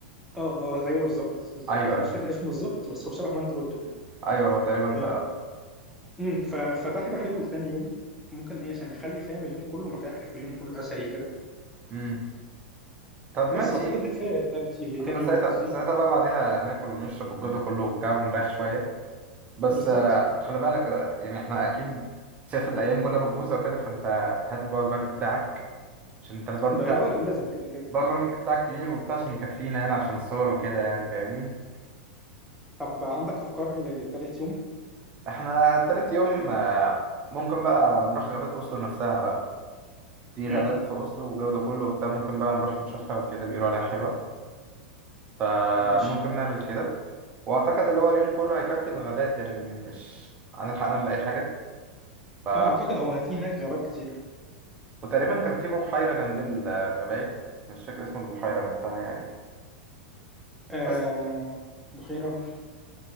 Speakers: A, in the centre; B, on the right.
A: اه آه، ايوه بالظبط بالظبط
B: ايوه
A: مش
B: ايوه
A: فاكر اسمه بالظبط بس هو شبه ما انت قلته كده
B: ايوه هو تقريبا
A: ف...
B: ده
A: مم، ف... فده هيبقى حلو لتاني يوم ممكن ايه عشان نخلي فاهم اليوم كله متاحف اليوم كله اثري كده
B: امم طب
A: بس
B: ماشي
A: اعتقد ده كفايه لتالت- لتاني
B: احنا ساعتها
A: يوم قصدي
B: ساعتها
A: يعني
B: بقى بعديها ناكل ونشرب الجو ده كله وبتاع ونريح شوية بس
A: بالظبط
B: آه، خلي بالك آه، يعني احنا اكيد شايف الايام كلها مكبوسة وكده فانت هات الباور بانك بتاعك عشان انت الباور
A: ده
B: بتاع
A: اه لازم كده كده
B: الباور بانك بتاعك كبير وبتاع عشان يكفينا هنا عشان الصور وكده يعني فاهمني؟
A: طب عندك افكار لتالت يوم
B: احنا تالت يوم آه، ممكن بقى نروح غابات اوسلو نفسها بقى في
A: مم،
B: غابات في أصله والجو ده كله وبتاع ممكن بقى نروح نشوفها وكده بيقولوا عليها حلوة فممكن
A: ماشي
B: نعمل كده وأعتقد اللي هو اليوم كله هيكفي الغابات يعني م- مش هنلحق نعمل أي حاجة ف...
A: اه اعتقد هو في هناك غابات كتيره
B: وتقريبا كان في بحيرة جنب الغابات مش فاكر اسم البحيرة نفسها يعني
A: آه
B: بس
A: بحيرة